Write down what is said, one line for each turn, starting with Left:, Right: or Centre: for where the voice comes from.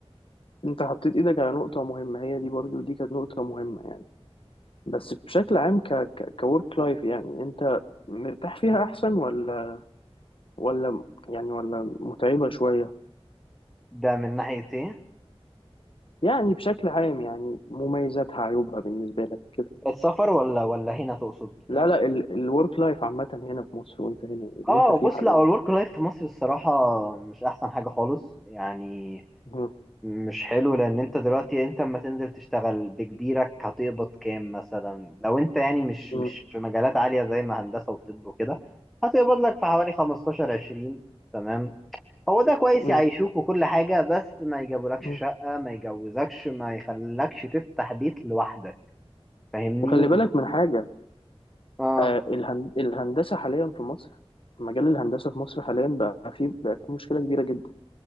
Left: انت حطيت ايدك على نقطة مهمة هي دي برضو دي كانت نقطة مهمة يعني بس بشكل عام ك ك كورك لايف يعني انت مرتاح فيها احسن ولا ولا يعني ولا متعبة شوية
Centre: ده من ناحية إيه؟
Left: يعني بشكل عام يعني مميزاتها عيوبها بالنسبة لك كده
Centre: السفر ولا ولا هنا تقصد؟
Left: لا لا الورك لايف عامة هنا في مصر وانت هنا اللي
Centre: آه
Left: انت فيه
Centre: بص
Left: حاليا
Centre: لا هو الورك لايف في مصر الصراحة مش أحسن حاجة خالص يعني
Left: م-
Centre: مش حلو لأن أنت دلوقتي أنت أما تنزل تشتغل بكبيرك هتقبض كام مثلا لو أنت يعني مش
Left: م-
Centre: مش في مجالات عالية زي ما هندسة وطب وكده هتقبض لك في حوالي 15 20 تمام هو ده كويس
Left: م-
Centre: يعيشوك وكل حاجة بس ما يجابولكش
Left: م-
Centre: شقة ما يجوزكش ما يخلكش تفتح بيت لوحدك فاهمني
Left: وخلي بالك من حاجة
Centre: اه
Left: آه، الهن- الهندسة حاليا في مصر مجال الهندسة في مصر حاليا بقى فيه بقى فيه مشكلة كبيرة جدا